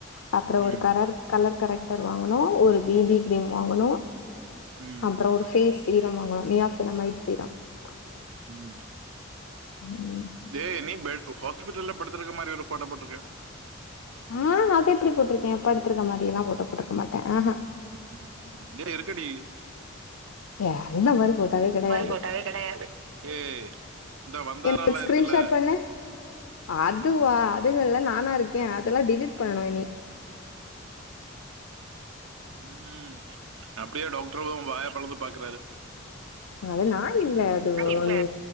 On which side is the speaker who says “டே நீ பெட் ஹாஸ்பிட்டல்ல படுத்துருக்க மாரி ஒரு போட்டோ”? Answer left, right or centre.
Right